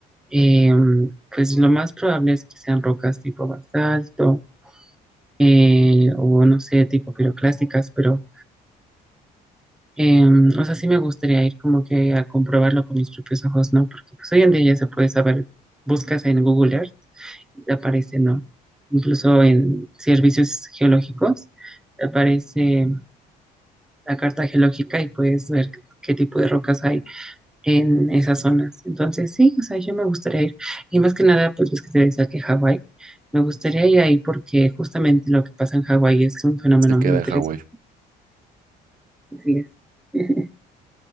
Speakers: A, in the centre; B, on the right.
A: eh, pues lo más probable es que sean rocas tipo basalto eh, o no sé, tipo piroclásticas, pero, eh, o sea, sí me gustaría ir como que a comprobarlo con mis propios ojos, ¿no? Porque pues hoy en día ya se puede saber, buscas en Google Earth y te aparece, ¿no? Incluso en servicios geológicos te aparece la carta geológica y puedes ver qué tipo de rocas hay en esas zonas. Entonces, sí, o sea, yo me gustaría ir. Y más que nada, pues ves que te decía que Hawái, me gustaría ir ahí porque justamente lo que pasa en Hawái es un fenómeno
B: Se queda
A: muy interesante.
B: en Hawái.
A: Así es. <laughs>